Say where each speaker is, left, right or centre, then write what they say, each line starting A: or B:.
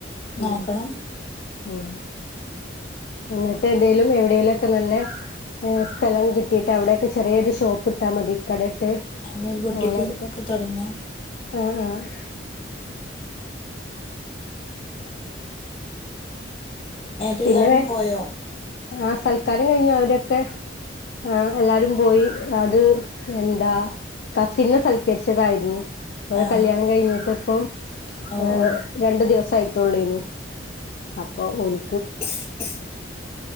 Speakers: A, on the left (about 55°); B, on the left (about 30°).
A: ഉം
B: നോക്കണം
A: ഉം ഇന്ന്ട്ട് എന്തേലും എവിടേലൊക്ക നല്ല ഹ് സ്ഥലം കി ട്ടീയിട്ട് അവെടെ എക്കെ ചെറിയൊര് ഷോപ്പ് ഇട്ടാമതി കടയിട്ട്
B: അങ്ങനെ ഒരു പൊട്ടിക്ക്
A: അങ്ങനെയൊക്കെ
B: ഒക്കെ താെടങ്ങാ
A: ആഹ് ആഹ്
B: എന്നിട്ട്
A: പിന്നെ
B: എല്ലാവരും പോയോ
A: ആഹ് സൽക്കാരം കഴിഞ്ഞോ അവരൊക്കെ ആഹ് എല്ലാരും പോയി അത് എന്താ കസിൻന്നെ സൽക്കെരിച്ചതായിരുന്നു അപ്പൊ ഓലെ
B: ആ
A: കല്യാണം കഴിഞ്ഞ്ട്ട് ഇപ്പൊ
B: ഓ
A: ഏ
B: ഓ
A: രണ്ട് ദിവസം ആയിട്ടൊള്ളേനു അപ്പൊ ഓല്
B: ഇസ് ഇസ്